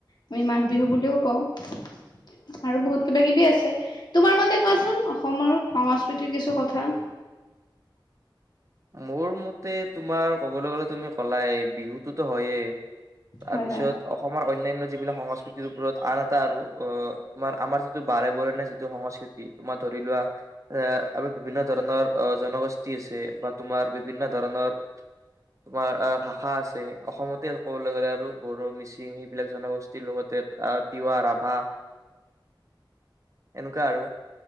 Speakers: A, on the left; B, on the right.
A: আমি মাঘ বিহু বুলিও কও আৰু বহুত কিবা-কিবি আছে তোমাৰ মতে কোৱাচোন অসমৰ সংস্কৃতিৰ কিছু কথা
B: মোৰ মতে তোমাৰ ক'বলৈ গ'লে তুমি ক'লাই বিহু তুটো হয়েই তাৰপিছত
A: হয়, হয়।
B: অসমৰ অন্যান্য যিবিলাক সংস্কৃতিৰ ওপৰত আন এটা আৰু অহ তোমাৰ আমাৰ যিটো বাৰে বাৰেণীয়া যিটো সংস্কৃতি তোমাৰ ধ। ধৰি লোৱা এ আমি। বিভিন্ন ধৰণৰ অ জনগোষ্ঠী আছে বাট তোমাৰ বিভিন্ন ধৰণৰ তোমা আ ভাষা আছে অসমতে ক'বলৈ গ'লে আৰু বড়ো মিচিং সেইবিলাক জনগোষ্ঠীৰ লগতে তিৱা ৰাভা এনেকুৱা আৰু